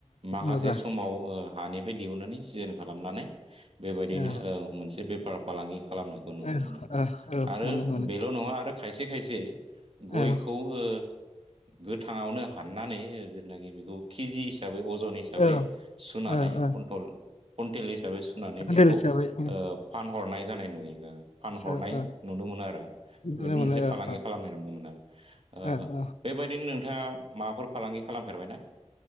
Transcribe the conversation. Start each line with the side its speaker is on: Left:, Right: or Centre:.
Right: माखासे
Left: मजा
Right: समाव ओ हानिफ्राय दिहुननानै सिजेन खालामनानै बेबायदिनो
Left: औ औ
Right: ओ मोनसे बेफार फालांगि खालामनायखौ नुनो
Left: ओ
Right: मोनो
Left: औ औ
Right: आरो
Left: मोनो मोनो
Right: बेल' नङा आरो खायसे खायसे
Left: औ
Right: गयखौ ओ गोथाङावनो हाननानै जेनाखि बेखौ खिजि हिसाबै अजन हिसाबै
Left: औ
Right: सुनानै
Left: औ
Right: कन्टल-कुन्टेल हि साबै सुनानै
Left: औ
Right: बेखौ
Left: देलसो
Right: ओ
Left: जाबाय औ
Right: फानहरनाय जानाय नुयो फानहरनाय
Left: औ औ
Right: नुनो मोनो आरो बेबायदिनो
Left: नुनो मोनो
Right: मोनसे
Left: औ
Right: फालांगि
Left: औ
Right: खालामनाय नुनो मोनोआरो आ
Left: औ औ
Right: बेबायदिनो नोंथाङा माबाफोर फालांगि खालामफेरबाय ना?